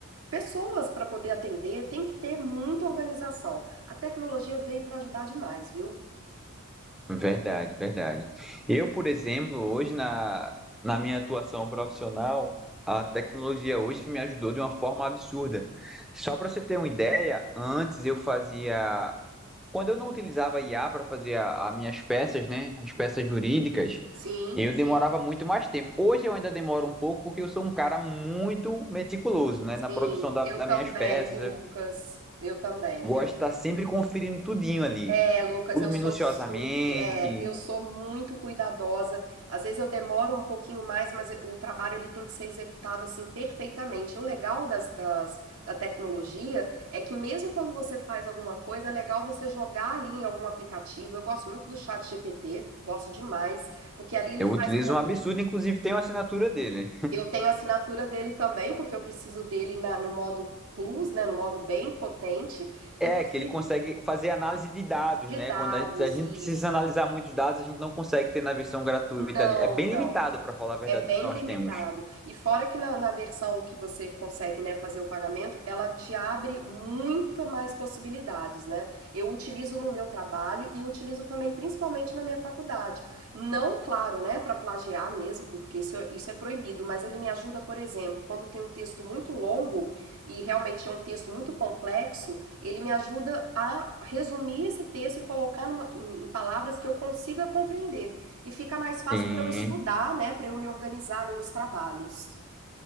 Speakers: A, on the right (about 80°); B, in the centre.
A: pessoas para poder atender, tem que ter muita organização. A tecnologia veio para ajudar demais, viu?
B: verdade, verdade. Eu, por exemplo, hoje na, na minha atuação profissional, a tecnologia hoje me ajudou de uma forma absurda. Só para você ter uma ideia, antes eu fazia. Quando eu não utilizava IA para fazer a- as minhas peças, né? As peças jurídicas,
A: Sim,
B: E eu demorava muito mais tempo. Hoje eu ainda demoro um pouco porque eu sou um cara muito meticuloso, né?
A: sim,
B: Na produção da,
A: eu
B: das
A: também,
B: minhas peças.
A: Lucas,
B: Eu
A: eu também.
B: gosto de estar sempre conferindo tudinho ali.
A: É, Lucas,
B: Tudo
A: eu
B: minuciosamente.
A: sou super, é, eu sou muito cuidadosa. Às vezes eu demoro um pouquinho mais, mas o trabalho ele tem que ser executado assim perfeitamente. O legal das, das- da tecnologia é que mesmo quando você faz alguma coisa, é legal você jogar ali em algum aplicativo. Eu gosto muito do chat GPT, gosto demais, porque ali ele
B: Eu
A: faz
B: utilizo
A: para
B: um
A: mim.
B: absurdo, inclusive tem uma assinatura dele.
A: Eu tenho a assinatura dele também, porque eu preciso dele na- no modo Plus, né, no modo bem potente,
B: É,
A: inclusive
B: que ele consegue fazer análise de dados,
A: de
B: né?
A: dados,
B: Quando a gente, se a gente
A: isso.
B: precisa analisar muitos dados, a gente não consegue ter na versão gratuita
A: Não,
B: ali. É bem
A: não.
B: limitado, para falar a verdade,
A: É bem
B: o que nós
A: limitado.
B: temos.
A: E fora que na, na versão que você consegue, né, fazer o pagamento, ela te abre muita mais possibilidades, né? Eu utilizo no meu trabalho e utilizo também principalmente na minha faculdade. Não, claro, né, para plagiar mesmo, porque isso, é- isso é proibido, mas ele me ajuda, por exemplo, quando tem um texto muito longo e realmente é um texto muito complexo, ele me ajuda a resumir esse texto e colocar numa- em em palavras que eu consiga compreender e fica mais fácil
B: Sim.
A: para eu estudar, né, para eu me organizar ali nos trabalhos.